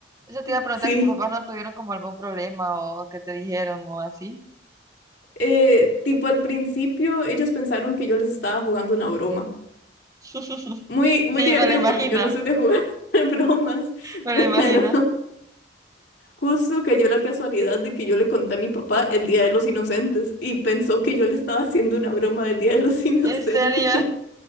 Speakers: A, on the right; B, on the left.
A: Eso
B: <laughs>
A: te iba a preguntar
B: sí.
A: si tus papás no tuvieron como algún problema o que te dijeron o así.
B: Eh, tipo al principio ellos pensaron que yo les estaba jugando una broma.
A: <laughs>
B: Muy, muy
A: Sí,
B: divertido
A: me lo imagino,
B: porque yo no soy de jugar <laughs> bromas,
A: me lo imagino.
B: pero justo cayó la casualidad de que yo le conté a mi papá el Día de los Inocentes y pensó que yo le estaba haciendo una broma del Día de los Inocentes.
A: ¿En serio?